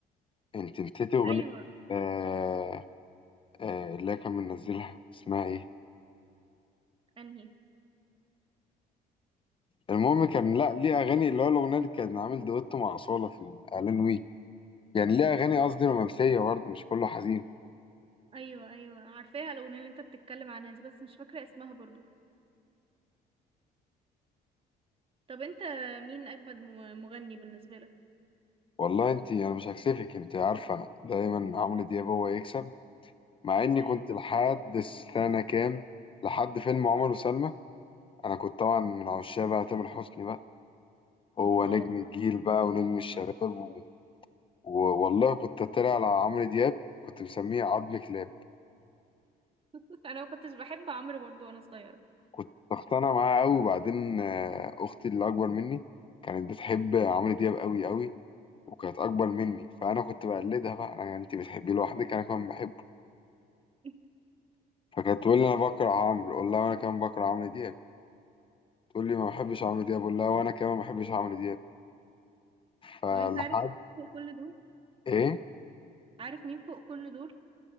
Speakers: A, on the left; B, on the right.
A: انت نسيتي اغنيه
B: ايوه
A: آه... آه... اللي كان منزلها اسمها ايه
B: انهي
A: المهم كان لا ليه اغاني اللي هو الاغنيه اللي كان عامل دويتو مع اصاله في الاعلان ويك يعني ليه اغاني قصدي رومانسيه برضه مش كله حزين
B: ايوه ايوه عارفاها الاغنية اللي انت بتتكلم عنها دي بس مش فاكرة اسمها برضو طب انت مين اجمد م- مغني بالنسبة لك
A: والله انت انا مش هكسفك انت عارفه دايما عمرو دياب هو يكسب مع اني
B: ايوه
A: كنت لحد السنه كام لحد فيلم عمر وسلمى انا كنت طبعا من عشاق بقى تامر حسني بقى هو
B: اه
A: نجم الجيل بقى ونجم الشباب و... و... والله كنت اتريق على عمرو دياب كنت مسميه عظم كلاب
B: <laughs> انا ما كنتش بحب عمرو برضو وانا صغيرة
A: كنت اقتنع معاه قوي وبعدين آه، اختي اللي اكبر مني كانت بتحب عمرو دياب قوي قوي وكانت اكبر مني فانا كنت بقلدها بقى انا انت بتحبيه لوحدك انا كمان بحبه
B: <laughs>
A: فكانت تقول لي انا بكره عمرو اقول لها وانا كمان بكره عمرو دياب تقول لي ما بحبش عمرو دياب اقول لها وانا كمان ما بحبش عمرو دياب فلحد
B: طب انت عارف مين فوق كل دول
A: ايه
B: عارف مين فوق كل دول